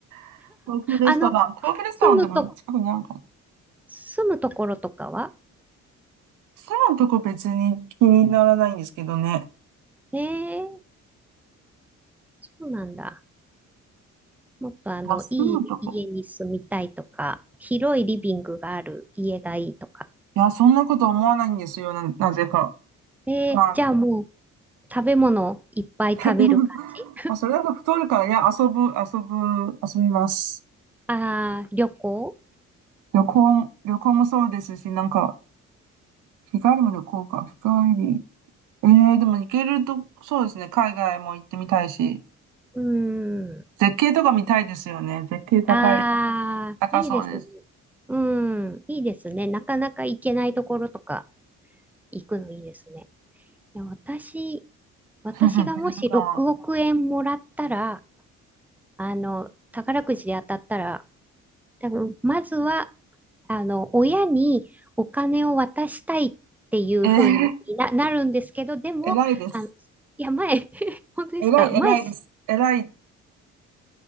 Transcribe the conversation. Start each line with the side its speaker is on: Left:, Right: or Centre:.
Right: <laughs> 高級レストラン。
Centre: あの、
Right: 高級レストランでも近くにあるかな。
Centre: 住むと、住むところとかは
Right: 住むとこ別に気にならないんですけどね。
Centre: ええそうなんだ。もっとあの、
Right: まあ、住むとこ。
Centre: いい家に住みたいとか、広いリビングがある家がいいとか。
Right: いや、そんなこと思わないんですよ。な、なぜか。
Centre: えー、
Right: まあ、
Centre: じゃあもう、食べ物いっぱい食べる感じ
Right: 食べ物。<laughs> まあ、それだと太るから、いや、遊ぶ、遊ぶ、遊びます。
Centre: ああー、旅行
Right: 旅行、旅行もそうですし、なんか、日帰りも旅行か。日帰り。ええでも行けると、そうですね。海外も行ってみたいし、
Centre: うーん。
Right: 絶景とか見たいですよね。絶景高い、
Centre: ああ、
Right: 高そうです。
Centre: いいですね。うん、いいですね。なかなか行けないところとか行くのいいですね。いや、私、私がもし6億円もらったら、
Right: <laughs> 手塚さんは。
Centre: あの、宝くじで当たったら、多分、まずは、あの、親にお金を渡したいっていうふうにな、
Right: ええ
Centre: なるんですけど、でも、
Right: 偉いです。
Centre: あの、いや、前、<laughs> 本当ですか前し、
Right: 偉い、偉いです。偉い。